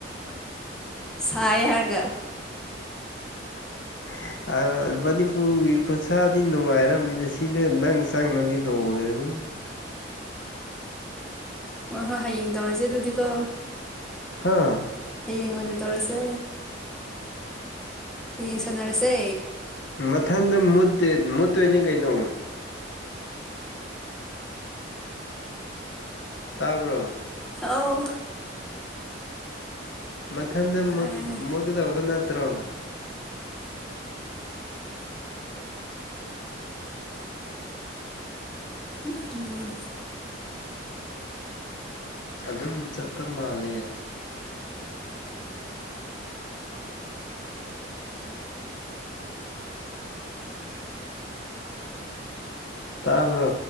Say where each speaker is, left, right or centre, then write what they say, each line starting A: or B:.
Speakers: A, in the centre; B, on the left.
A: ꯁꯥꯏꯌꯦ ꯍꯥꯏꯔꯒ
B: <unintelligible> ꯎꯒꯤ ꯈꯨꯠꯁꯥꯗꯤ ꯅꯨꯡꯉꯥꯏꯔꯝꯅꯤꯅ ꯁꯤꯗ ꯅꯪ ꯆꯪꯉꯗꯤ ꯂꯣꯏꯔꯅꯤ
A: ꯍꯣꯏ ꯍꯣꯏ ꯍꯌꯦꯡ ꯇꯧꯔꯁꯦ ꯑꯗꯨꯗꯤꯀꯣ
B: ꯍꯥꯥ
A: ꯍꯩꯌꯦꯡ ꯑꯣꯏꯅ ꯇꯧꯔꯁꯦ ꯍꯩꯌꯦꯡ ꯁꯥꯟꯅꯔꯁꯦ
B: ꯃꯊꯟꯗ ꯃꯨꯠꯇꯦ ꯃꯨꯠꯇꯣꯏꯅꯤ ꯀꯩꯅꯣ ꯇꯥꯕ꯭ꯔꯣ
A: ꯑꯥꯎ
B: ꯃꯊꯟꯗ ꯃꯨꯠ
A: ꯑꯦ
B: ꯃꯨꯠꯀꯗꯧꯕ ꯅꯠꯇ꯭ꯔꯣ
A: ꯅꯣꯛꯅꯤꯡꯉꯦꯗ
B: ꯑꯗꯨꯝ ꯆꯠꯄ ꯃꯥꯜꯂꯦ ꯇꯥꯕ꯭ꯔꯣ